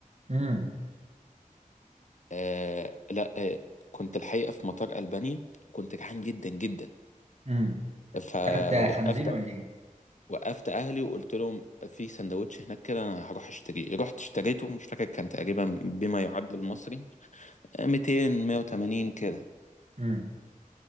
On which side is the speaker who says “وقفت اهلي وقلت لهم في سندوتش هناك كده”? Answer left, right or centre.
Left